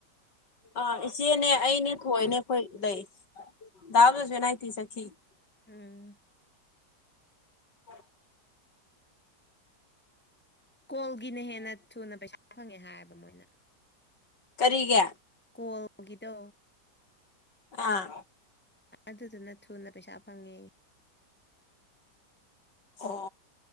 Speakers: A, on the left; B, in the centre.
A: ꯑꯥ ꯏꯆꯦꯅꯦ ꯑꯩꯅꯦ ꯊꯣꯛꯑꯅꯦ ꯑꯩꯈꯣꯏ ꯂꯩ ꯗꯥꯥꯕꯗꯁꯨ ꯑꯦꯅꯥꯏꯇꯤ ꯆꯠꯈꯤ <unintelligible>
B: ꯎꯝ
A: ꯎ
B: ꯀꯣꯜꯒꯤꯅ ꯍꯦꯟꯅ ꯊꯨꯅ ꯄꯩꯁꯥ ꯐꯪꯉꯦ ꯍꯥꯏꯕ ꯃꯣꯏꯅ
A: ꯀꯔꯤꯒ
B: ꯀꯣꯜꯒꯤꯗ
A: ꯑꯥ
B: ꯑꯗꯨꯗꯨꯅ ꯊꯨꯅ ꯄꯩꯁꯥ ꯐꯪꯉꯦ
A: ꯑ